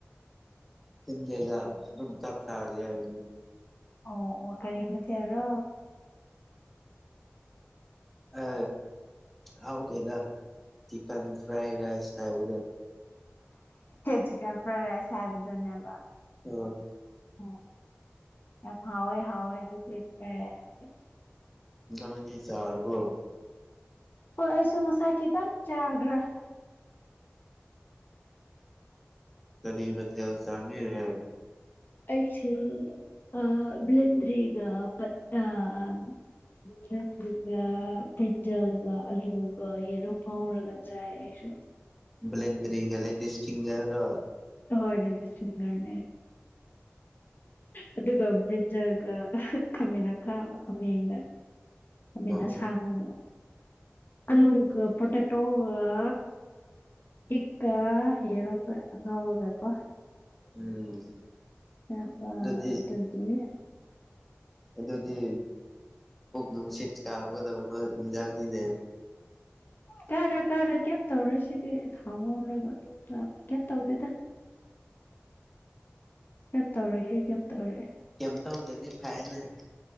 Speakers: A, in the centre; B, on the left.
A: ꯇꯤꯟꯗꯦꯗ ꯑꯗꯨꯝ ꯆꯥꯛ ꯆꯥꯔꯁꯦ ꯍꯥꯏ
B: ꯑꯣ ꯑꯣ ꯀꯔꯤ ꯃꯊꯦꯜꯔꯣ
A: ꯑ ꯍꯥꯎꯗꯦꯗ ꯆꯤꯀꯟ ꯐ꯭ꯔꯥꯏ ꯔꯥꯏꯁ ꯍꯥꯏꯕꯗꯣ
B: ꯆꯤꯀꯟ ꯐ꯭ꯔꯥꯏ ꯔꯥꯏꯁ ꯍꯥꯏꯕ ꯗꯨꯅ‌ꯦꯕ
A: ꯎꯝ
B: ꯑꯣ ꯌꯥꯝ ꯍꯥꯎꯋꯦ ꯍꯥꯎꯋꯦ ꯑꯗꯨꯗꯤ ꯐꯔꯥꯏ ꯔꯥꯏꯁꯇꯤ
A: ꯅꯪꯗꯤ ꯆꯥꯔꯕꯣ
B: ꯍꯣꯏ ꯑꯩꯁꯨ ꯉꯁꯥꯏ ꯈꯤꯇꯪ ꯆꯥꯈ꯭ꯔꯦ
A: ꯀꯔꯤ ꯃꯊ‌ꯦꯜ ꯆꯥꯕꯤꯔ‌ꯦ
B: ꯑꯩꯁꯤ ꯑ ꯕꯤꯂꯤꯟꯗ꯭ꯔꯤ <unintelligible> ꯑ ꯕ꯭ꯔꯤꯟꯖꯜꯒ ꯑꯂꯨꯒ ꯌꯦꯔꯨꯝ ꯉꯧꯔꯒ ꯆꯥꯏ ꯑꯩꯁꯨ
A: ꯕ꯭ꯂꯦꯟꯗꯔꯤꯒ ꯂꯦꯗꯤꯁꯤꯡꯒꯔꯒ
B: ꯍꯣꯏ ꯂꯤꯗꯤꯁꯐꯤꯡꯒꯔꯅꯦ ꯑꯗꯨꯒ ꯕ꯭ꯔꯤꯟꯖꯥꯜꯒ ꯑꯍꯥ ꯈꯥꯃꯦꯟ ꯈꯥꯕ ꯈꯥꯃꯦꯟꯗ <inaudible> ꯈꯃ‌ꯦꯟ
A: ꯑꯣ
B: ꯑꯁꯥꯡꯕꯒ ꯑꯂꯨ ꯒ ꯄꯣꯇꯦꯇꯣꯒ ꯏꯛꯀ ꯌꯦꯔꯨꯝꯝꯒ ꯉꯥꯎꯔꯒ ꯀꯣ
A: ꯎꯝ
B: <unintelligible> ꯑꯥ
A: ꯑꯗꯨꯗꯤ
B: ꯑꯗꯨꯒꯤ
A: ꯑꯗꯨꯗꯤ ꯄꯨꯛ ꯅꯨꯡꯁꯤꯠ ꯀꯥꯒꯗꯧꯕ ꯏꯟꯖꯥꯡꯅꯤꯅꯦ
B: ꯀꯥꯔꯣꯏ ꯀꯥꯔꯣꯏ ꯀꯩꯝ ꯇꯧꯔꯣꯏ ꯁꯤꯗꯤ ꯊꯥꯎ ꯉꯧꯔꯒ ꯑꯗꯨꯝ ꯌꯥꯕꯅꯦ ꯀꯩꯝ ꯇꯧꯗꯦꯗ ꯀꯩꯝ ꯇꯧꯔꯣꯏꯌꯦ ꯀꯩꯝ ꯇꯧꯔꯣꯏꯌꯦ
A: ꯀꯩꯝ ꯇꯧꯗꯔꯗꯤ ꯐꯥꯏꯅꯦ